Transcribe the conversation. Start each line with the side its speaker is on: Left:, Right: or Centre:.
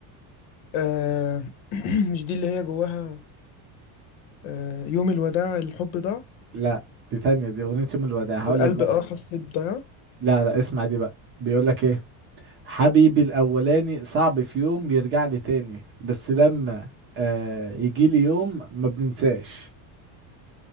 Left: آه <clears throat> مش دي اللي هي جواها آه يوم الوداع الحب ضاع
Right: لا دي تانية دي أغنية يوم الوداع هقول
Left: والقلب
Right: لك بقى
Left: اه حس بضياع
Right: لا لا اسمع دي بقى بيقول لك ايه حبيبي الأولاني صعب في يوم يرجع لي تاني بس لما آه يجي لي يوم ما بننساش